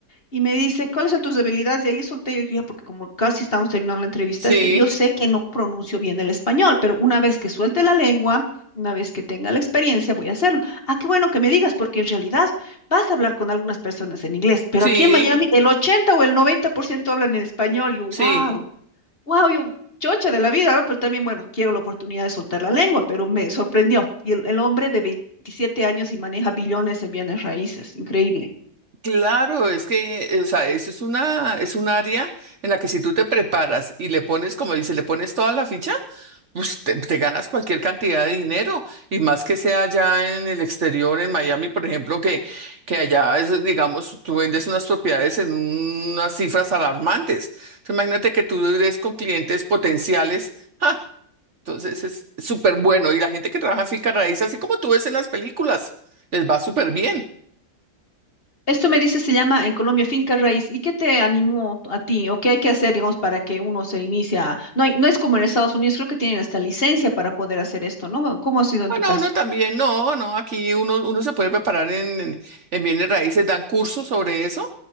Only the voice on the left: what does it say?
Y me dice, ¿cuáles son tus debilidades? Y ahí solté yo, dije porque como casi estamos terminando la entrevista,
es que yo sé que no pronuncio bien el español, pero una vez que suelte la lengua, una vez que tenga la experiencia, voy a hacerlo. Ah, qué bueno que me digas, porque en realidad vas a hablar con algunas personas en inglés, pero
aquí en Sí. Miami el 80 o el 90% hablan en español. Y yo,
wow, wow, yo chocha de la vida, ¿no? Pero también, bueno, quiero la oportunidad de soltar la lengua, pero me sorprendió. Y el, el hombre de 27 años y maneja billones en bienes raíces, increíble.
Esto me dice, se llama en Colombia finca raíz. ¿Y qué te animó a ti o qué hay que hacer, digamos, para que uno se inicia? No hay- no es como en Estados Unidos, creo que tienen hasta licencia para poder hacer esto, ¿no? ¿Cómo ha sido en
tu caso?